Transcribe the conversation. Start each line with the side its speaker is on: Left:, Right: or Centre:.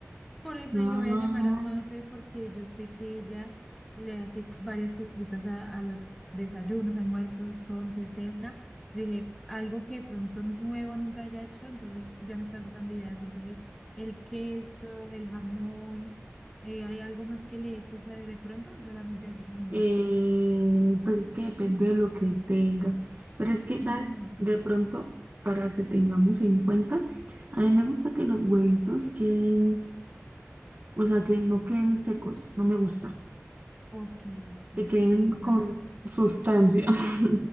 Centre: Por eso
Right: Ah,
Centre: dije, voy a llamar a Mafe porque yo sé que ella le hace varias cositas a, a los desayunos, almuerzos, once, cena. Yo dije, algo que pronto nuevo nunca haya hecho, entonces ya me estás dando ideas. Entonces, el queso, el jamón, eh, ¿hay algo más que le eches eh, de pronto o solamente así? <laughs>
Right: eh, pues es que depende de lo que tenga. Pero es que,
Centre: Mm,
Right: ¿sabes?
Centre: ok,
Right: De pronto, para que tengamos en cuenta, a mí me gusta que los huevitos queden, o sea, que no queden secos, no me gusta.
Centre: ok, ok,
Right: Que queden
Centre: como mojaditos.
Right: con sustancia. <laughs>